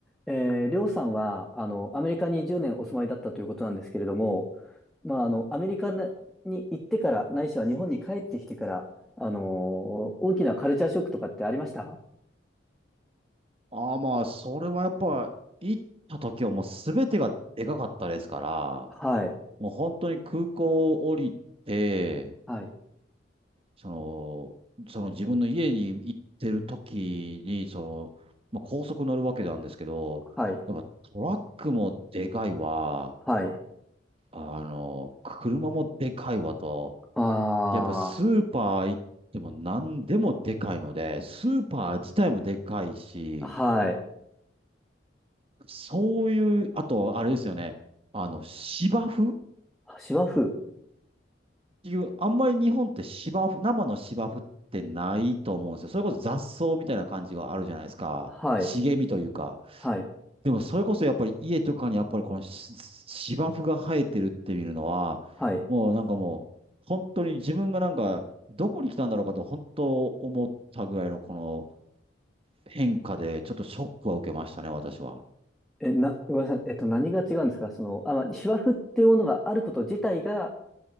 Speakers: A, in the centre; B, on the right.
A: えー、りょうさんは、あの、アメリカに10年お住まいだったということなんですけれども、まあ、あの、アメリカなに行ってから、ないしは日本に帰ってきてから、あのー大きなカルチャーショックとかってありました
B: ああ、まあ、それはやっぱ、行った時はもう全てがでかかったですから、
A: はい、
B: もう本当に空港を降りて、
A: はい、
B: その、その自分の家に行ってる時に、その、まあ、高速乗るわけなんですけど、
A: はい、
B: やっぱトラックもでかいわ、
A: はい。
B: あの、車もでかいわと、
A: あ
B: でやっぱスーパー行っても何でもでかいので、スーパー自体もでかいし、
A: あ、はい。
B: そういう、あと、あれですよね。あの、芝生っ
A: シワ生
B: ていう、あんまり日本って芝生、生の芝生ってないと思うんですよ。それこそ雑草みたいな感じがあるじゃないですか。
A: はい、
B: 茂みというか。
A: はい、
B: でも、それこそやっぱり家とかにやっぱりこのし芝生が生えてるって見るのは、
A: はい。
B: もうなんかもう、本当に自分がなんか、どこに来たんだろうかと、本当思ったぐらいのこの変化で、ちょっとショックは受けましたね、私は。
A: え、な、ごめんなさい。えっと、何が違うんですかその、あ、まあ、シワ生っていうものがあること自体が